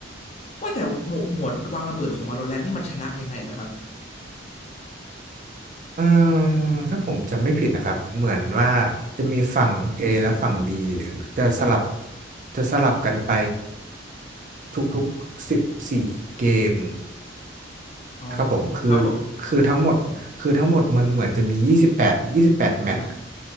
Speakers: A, on the left; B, on the right.
A: ว่าแต่หมวดหมวดวางระเบิดของ Valorant นี่มันชนะยังไงเหรอครับ
B: เอ่อถ้าผมจำไม่ผิดนะครับเหมือนว่าจะมีฝั่ง A และฝั่ง B จะสลับจะสลับกันไปทุกๆสิบสี่เกม
A: อ๋อ
B: ครับผมคือ
A: ครับผม
B: คือทั้งหมดคือทั้งหมดมันเหมือนจะมียี่สิบแปดยี่สิบแปดแมตช์
A: อ่า